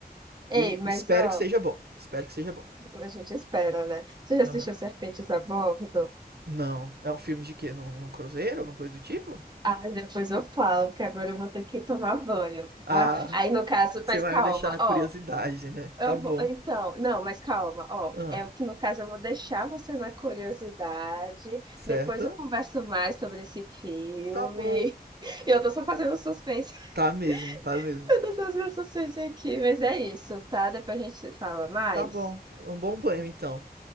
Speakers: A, on the right; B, on the right.
A: E
B: Ei, mas
A: espero
B: ó,
A: que seja bom. Espero que seja bom.
B: a gente espera, né? Você já
A: Aham.
B: assistiu Serpentes a Bordo?
A: Não. É um filme de quê? Num, num cruzeiro? Alguma coisa do tipo?
B: Ah, depois eu falo, porque agora eu vou ter que tomar banho,
A: Ah,
B: tá? Aí, no caso,
A: você
B: mas
A: vai
B: calma,
A: me deixar na curiosidade,
B: ó.
A: né?
B: Eu
A: Tá bom.
B: vou- então, não, mas calma, ó,
A: Ah,
B: é o que no caso eu vou deixar você na curiosidade,
A: certo?
B: depois eu converso mais sobre esse filme.
A: Tá bom.
B: <laughs> Eu tô só fazendo suspense,
A: Tá mesmo, tá mesmo.
B: <laughs> eu tô só fazendo suspense aqui, mas é isso, tá? Depois a gente se fala mais.
A: Tá bom. Um bom banho, então.